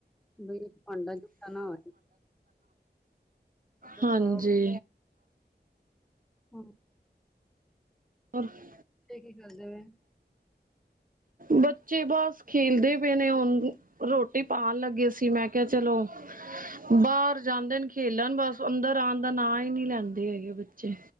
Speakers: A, in the centre; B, on the right.
A: ਬਈ ਭਾਂਡਾ ਜੂਠਾ ਨਾ ਹੋ
B: ਹਾਂਜੀ
A: ਪਾਓ ਬਸ। ਹੁਣ
B: ਔਰ <unintelligible>
A: ਇਹ ਕੀ ਖਾਂਦੇ ਪਏ
B: ਬੱਚੇ ਬੱਸ ਖੇਲਦੇ ਪਏ ਨੇ ਹੁਣ ਰੋਟੀ ਪਾਉਂਣ ਲੱਗੇ ਸੀ ਮੈਂ ਕਿਹਾ ਚਲੋ ਬਾਹਰ ਜਾਂਦੇ ਨੇ ਖੇਲਣ ਬਸ, ਅੰਦਰ ਆਉਣ ਦਾ ਨਾਂ ਹੀ ਨਹੀਂ ਲੈਂਦੇ ਹੈਗੇ ਬੱਚੇ